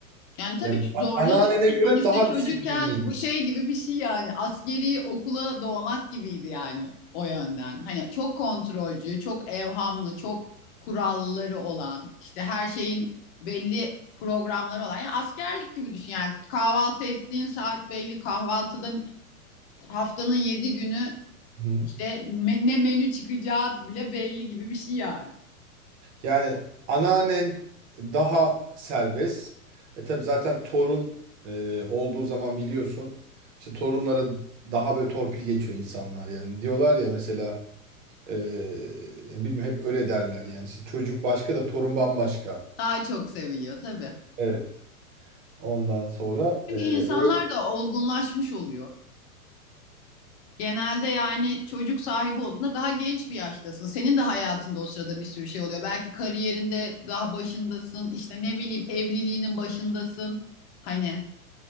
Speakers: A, on the left; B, on the right.
A: Yani tabii
B: Yani
A: ki zorlanıyorsun
B: anneannene göre
A: sonuçta
B: daha
A: çocukken
B: disiplinliydi.
A: bu şey gibi bir şey yani askeri okula doğmak gibiydi yani o yönden. Hani çok kontrolcü, çok evhamlı, çok kuralları olan, işte her şeyin belli programları olan. Yani askerlik gibi düşün yani kahvaltı ettiğin saat belli, kahvaltıda haftanın yedi günü
B: Hı.
A: işte me- ne menü çıkacağı bile belli gibi bir şey yani.
B: Yani anneannen daha serbest. E tabii zaten torun e, olduğu zaman biliyorsun işte torunlara daha böyle torpil geçiyor insanlar yani. Diyorlar ya mesela e, yani bilmiyorum hep öyle derler yani işte çocuk başka da torun bambaşka.
A: Daha çok seviliyor tabii.
B: Evet. Ondan sonra
A: Çünkü
B: e,
A: insanlar
B: öyle.
A: da olgunlaşmış oluyor. Genelde yani çocuk sahibi olduğunda daha genç bir yaştasın. Senin de hayatında o sırada bir sürü şey oluyor. Belki kariyerinde daha başındasın. işte ne bileyim evliliğinin başındasın. Hani